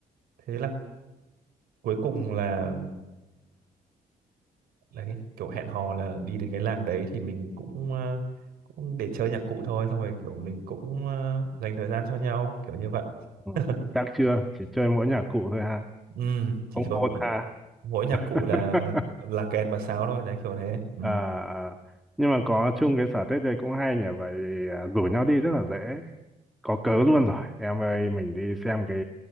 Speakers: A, on the right; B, in the centre.
A: Thế là cuối cùng là đấy, kiểu hẹn hò là đi đến cái làng đấy thì mình cũng ờ, cũng để chơi nhạc cụ thôi xong rồi kiểu mình cũng ờ, dành thời gian cho nhau kiểu như vậy.
B: ừ.
A: <laughs>
B: chắc chưa chỉ chơi mỗi nhạc cụ thôi ha
A: Ừ, chỉ
B: không
A: thôi
B: hôn ha <laughs>
A: mỗi nhạc cụ là là kèn và sáo thôi đấy kiểu thế ừ.
B: à à. nhưng mà có chung cái sở thích đây cũng hay nhỉ vậy vì, à, rủ nhau đi rất là dễ có cớ luôn rồi em ơi mình đi xem cái